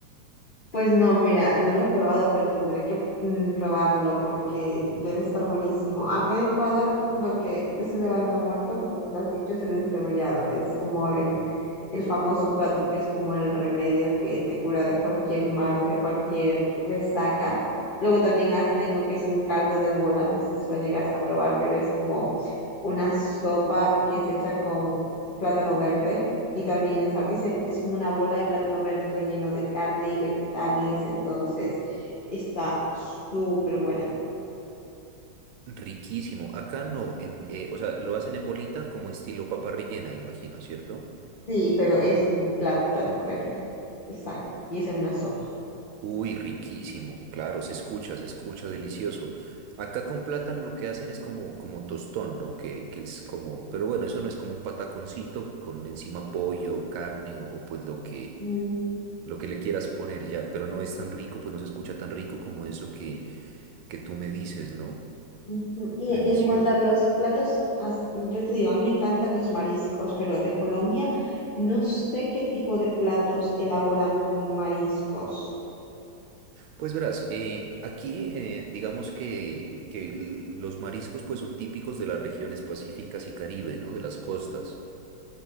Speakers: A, on the left; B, on the right.
A: Pues no, mira, no lo he probado, pero tendré que mm, probarlo porque debe estar buenísimo. Acá en Ecuador lo que se levanta muerto, como tú lo has dicho, es el encebollado. Es como el, el famoso plato que es como el remedio que te cura de cualquier malo, de cualquier resaca. Luego también hacen lo que es un caldo de bola, no sé si lo llegaste a probar, pero es como una sopa que es hecha con plátano verde Y también esa- ese es como una bola de plátano verde relleno de carne y vegetales, entonces está súper buena.
B: Riquísimo. Acá no, en, eh, o sea, lo hacen en bolita como estilo papa rellena, imagino, ¿cierto?
A: Sí, pero es plátano verde, exacto, y es en una sopa.
B: Uy, riquísimo, claro, se escucha, se escucha delicioso. Acá con plátano lo que hacen es como, como tostón, ¿no? Que, que es como, pero bueno, eso no es como un pataconcito con encima pollo, carne o, o pues lo que,
A: Mm,
B: lo que le quieras poner ya, pero no es tan rico, pues no se escucha tan rico como eso que, que tú me dices, ¿no?
A: ujú. Y
B: Delicioso.
A: en cuanto a los platos, as- yo te digo, a mí me encantan los mariscos, pero de Colombia no sé qué tipo de platos elaboran con mariscos.
B: Pues verás, eh, aquí eh, digamos que, que l- los mariscos pues son típicos de las regiones pacíficas y Caribe, ¿no? De las costas.